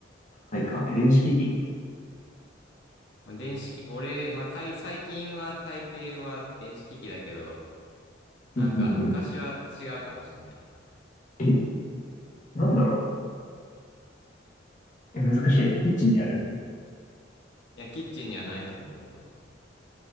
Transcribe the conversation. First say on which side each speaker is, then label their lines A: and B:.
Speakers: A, on the left (about 45°); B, on the left (about 65°).
A: 硬いか。え電子機器。
B: まあ、電子機、俺、まあ、大最近は大抵は電子機器だけど、なんか昔は違うかもしんない。
A: うんうんうん
B: い
A: えなんだろう。え、難しい。キッチンにある
B: や、キッチンにはないと思うけど。